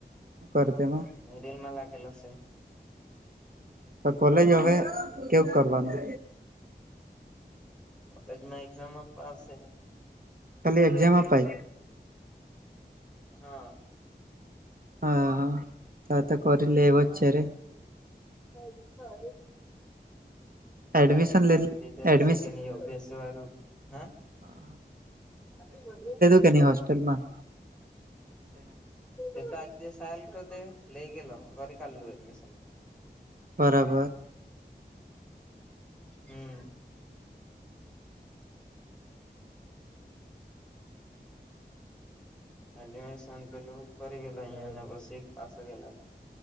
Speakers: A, on the right (about 55°); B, in the centre.
A: હું કરો તમે.
B: મેરીલ માં લાગેલો સે.
A: તો કોલેજ હવે કેવું કરવાનું.
B: કોલેજ માં એક્ઝામ આપવા આવશે.
A: ખાલી એક્ઝામ આપવા જ
B: હા.
A: હા હા તાતા કોરી લે એવો છે રે
B: હા તો અવે
A: એડમિશન
B: એલા લ
A: લે
B: લીધેલું
A: એડમિશ
B: શકે ની અભ્યાસ વારું હા
A: હા.
B: વાપી રે
A: કેની હોસ્ટેલમાં
B: એ તો એક દિવસ આલ તો તે લઈ ગેલો કરી કાઢલું એડમિશન.
A: બરાબર.
B: હમમ. અને એડમીશન સાઇન કરી પડી રેઈલા અહીંયાને બસ પાછા ગેલા.